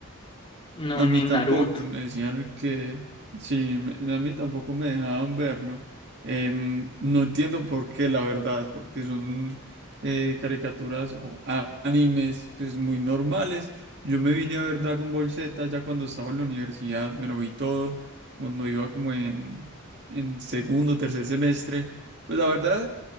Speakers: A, on the left (about 25°); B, on the right (about 55°).
A: No,
B: a mí
A: ni
B: tampoco.
A: Naruto.
B: Me decían que sí, me- a mí tampoco me dejaban verlo. Em, no entiendo por qué, la verdad, porque son eh, caricaturas o a- animes pues muy normales. Yo me vine a ver Dragon Ball Z ya cuando estaba en la universidad, me lo vi todo, cuando iba como en, en segundo, tercer semestre. Pues la verdad,